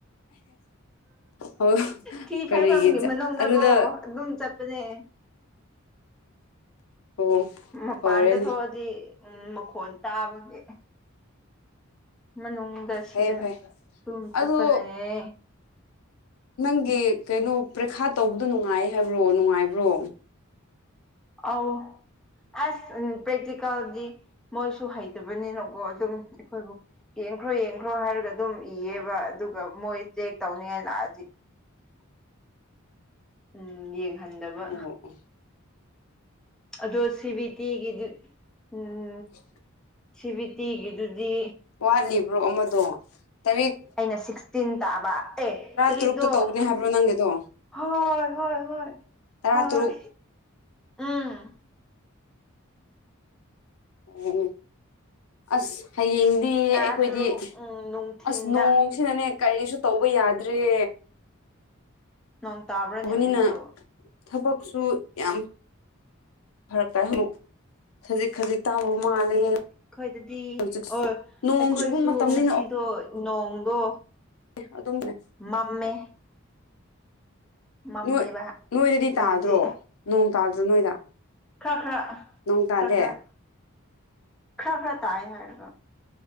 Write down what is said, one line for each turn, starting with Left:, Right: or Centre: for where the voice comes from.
Left: ꯑꯣ
Centre: ꯊꯤ
Left: ꯀꯔꯤꯒꯤ
Centre: ꯐꯥꯏꯐꯝꯒꯤ ꯃꯅꯨꯡꯗꯀꯣ
Left: ꯑꯗꯨꯗ
Centre: ꯑꯗꯨꯝ ꯆꯠꯄ ꯅꯦ
Left: ꯑꯣ
Centre: ꯃꯄꯥꯟꯗ
Left: ꯐꯔꯦꯅꯦ
Centre: ꯊꯣꯛꯑꯗꯤ ꯎꯝ ꯃꯈꯣꯟ ꯇꯥꯕꯒꯤ ꯃꯅꯨꯡꯗ ꯁꯤꯗ
Left: ꯐꯩꯌꯦ ꯐꯩ
Centre: ꯂꯨꯝꯝ ꯆꯠꯄꯅꯦꯌꯦ
Left: ꯑꯗꯨ ꯅꯪꯒꯤ ꯀꯩꯅꯣ ꯄꯔꯤꯈꯥ ꯇꯧꯕꯗꯣ ꯅꯨꯡꯉꯥꯏ ꯍꯥꯏꯕ꯭ꯔꯣ ꯅꯨꯡꯉꯥꯏꯕ꯭ꯔꯣ
Centre: ꯑꯥꯎ ꯑꯁ ꯎ꯭ꯔꯦꯀꯦꯜꯗꯤ ꯃꯣꯏꯁꯨ ꯍꯩꯇꯕꯅꯤꯅꯀꯣ ꯑꯗꯨꯝ ꯑꯩꯈꯣꯏꯕꯨ ꯌꯦꯡꯈ꯭ꯔꯣ ꯌꯦꯡꯈ꯭ꯔꯣ ꯍꯥꯏꯔꯒ ꯑꯗꯨꯝ ꯏꯌꯦꯕ ꯑꯗꯨꯒ ꯃꯣꯏ ꯆꯦꯛ ꯇꯧꯅꯤꯡꯉꯥꯏ ꯂꯥꯛꯑꯗꯤ ꯎꯝ ꯌꯦꯡꯍꯟꯗꯕ
Left: ꯑꯣ
Centre: ꯑꯗꯣ ꯁꯤ ꯕꯤ ꯇꯤꯒꯤꯗꯤ ꯎꯝ
Left: ꯑꯣ
Centre: ꯁꯤꯚꯤ ꯇꯤꯒꯗꯨꯗꯤ
Left: ꯋꯥꯠꯂꯤꯕ꯭ꯔꯣ ꯑꯃꯗꯣ ꯇꯔꯦꯛ
Centre: ꯑꯩꯅ ꯁꯤꯛꯁꯇꯤꯟ ꯇꯥꯕ ꯑꯦ ꯇꯗꯣ
Left: ꯇꯔꯨꯛꯇ ꯇꯧꯒꯅꯤ
Centre: ꯎ
Left: ꯍꯥꯏꯕ꯭ꯔꯣ ꯅꯪꯒꯤꯗꯣ
Centre: ꯍꯣꯏ ꯍꯣꯏ ꯍꯣꯏ
Left: ꯇꯔꯥꯇꯔꯨꯛ
Centre: ꯍꯣꯏ ꯎꯝ
Left: ꯍꯅꯦ ꯑꯁ ꯍꯌꯦꯡꯗꯤ
Centre: ꯇꯔꯥ
Left: ꯑꯩꯈꯣꯏꯗꯤ
Centre: ꯇꯔꯨꯛ ꯎꯝ ꯅꯨꯡꯊꯤꯟꯗ
Left: ꯑꯁ ꯅꯣꯡ ꯁꯤꯅꯅꯦ ꯀꯔꯤꯁꯨ ꯇꯧꯕ ꯌꯥꯗ꯭ꯔꯦ
Centre: ꯅꯣꯡ ꯇꯥꯕ꯭ꯔꯅꯦ
Left: ꯇꯧꯕꯅꯤꯅ
Centre: ꯍꯧꯖꯤꯛꯁꯨ
Left: ꯊꯕꯛꯁꯨ ꯌꯥꯝ ꯐꯔꯛꯇ ꯑꯃꯨꯛ ꯈꯖꯤꯛ ꯈꯖꯤꯛ ꯇꯥꯕ ꯃꯥꯜꯂꯦ
Centre: ꯑꯩꯈꯣꯏꯗꯗꯤ
Left: ꯍꯧꯖꯤꯛꯁꯨ
Centre: ꯑꯣ ꯑꯩꯈꯣꯏꯁꯨ
Left: ꯅꯣꯡ ꯆꯨꯕ ꯃꯇꯝꯅꯤꯅ
Centre: ꯉꯁꯤꯗꯣ ꯅꯣꯡꯗꯣ
Left: ꯑꯦ ꯑꯗꯨꯝꯅꯦ
Centre: ꯃꯃꯦ ꯃꯝꯃꯦꯕ
Left: ꯅꯣꯏ ꯅꯣꯏꯗꯗꯤ
Centre: ꯑꯩꯈꯣꯏꯗꯗꯤ
Left: ꯇꯥꯗ꯭ꯔꯣ ꯅꯣꯡ ꯇꯥꯗ꯭ꯔꯣ ꯅꯣꯏꯗ
Centre: ꯈꯔ
Left: ꯅꯣꯡ ꯇꯥꯗꯦ
Centre: ꯈꯔ ꯈꯔ ꯈꯔ ꯈꯔ ꯈꯔ ꯇꯥꯏ ꯍꯥꯏꯔꯒ